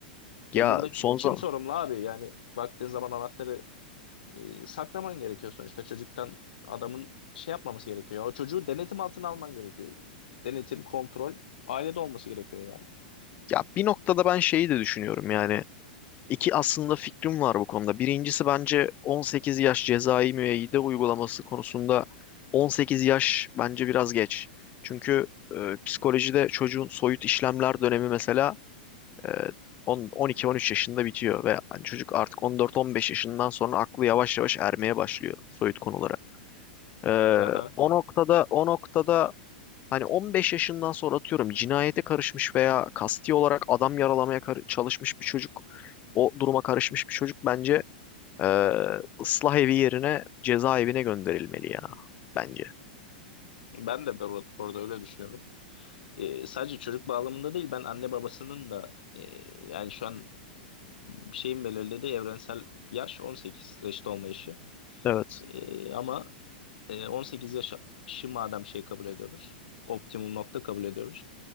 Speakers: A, on the left; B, on the left.
A: Ya
B: E burada ki-
A: son
B: kim
A: zaman
B: sorumlu abi? Yani baktığın zaman anahtarı e, saklaman gerekiyor sonuçta çocuktan adamın şey yapmaması gerekiyor. O çocuğu denetim altına alman gerekiyor. Denetim, kontrol ailede olması gerekiyor yani.
A: ya bir noktada ben şeyi de düşünüyorum yani İki aslında fikrim var bu konuda. Birincisi bence 18 yaş cezai müeyyide uygulaması konusunda 18 yaş bence biraz geç. Çünkü e, psikolojide çocuğun soyut işlemler dönemi mesela e, 10 12-13 yaşında bitiyor ve hani çocuk artık 14-15 yaşından sonra aklı yavaş yavaş ermeye başlıyor soyut konulara. E,
B: Aha,
A: o noktada o noktada Hani 15 yaşından sonra atıyorum cinayete karışmış veya kasti olarak adam yaralamaya kar- çalışmış bir çocuk, o duruma karışmış bir çocuk bence e, ıslah evi yerine cezaevine gönderilmeli ya bence.
B: ben de bu bu arada öyle düşünüyorum. E, sadece çocuk bağlamında değil ben anne babasının da e, yani şu an şeyin belirlediği evrensel yaş 18 reşit olma yaşı.
A: Evet.
B: Ee, ama e, 18 yaşı madem şey kabul ediyoruz, optimum nokta kabul ediyoruz.